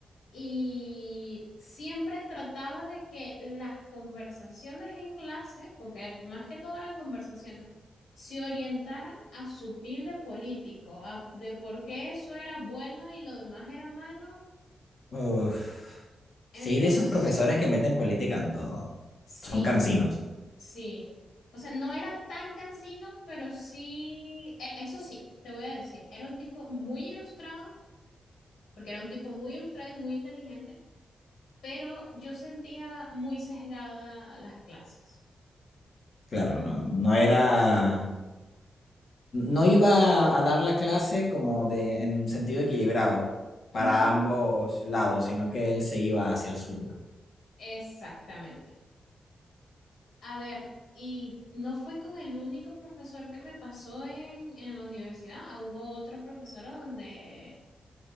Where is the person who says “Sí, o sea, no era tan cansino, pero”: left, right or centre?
Left